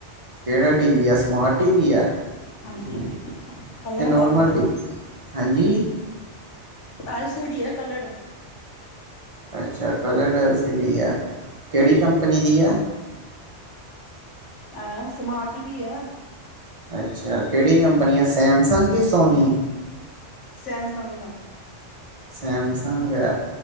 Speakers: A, on the right; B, on the left.
A: ਕੇਹੜਾ ਟੀਵੀ ਆ ਸਮਾਰਟ ਟੀਵੀ ਆ।
B: ਹਾਂਜੀ। ਕਲਰਡ
A: ਕਿ ਨੋਰਮਲ
B: ਹੈ ਨਾਲੇ
A: ਟੀ ਹਾਂਜੀ।
B: ਐਲ ਸੀ ਡੀ ਐ ਕਲਰਡ।
A: ਅੱਛਾ ਕਲਰਡ ਐਲ ਸੀ ਡੀ ਆ ਕੇਹੜੀ ਕੰਪਨੀ ਦੀ ਆ।
B: ਐਂ ਸਮਾਰਟ ਟੀ ਵੀ ਆ।
A: ਅੱਛਾ ਕਿਹੜੀ ਕੰਪਨੀ ਹੈ ਸੈਮਸੰਗ ਕਿ ਸੋਨੀ।
B: ਸੈਮਸੰਗ ਦਾ।
A: ਸੈਮਸੰਗ ਹੈ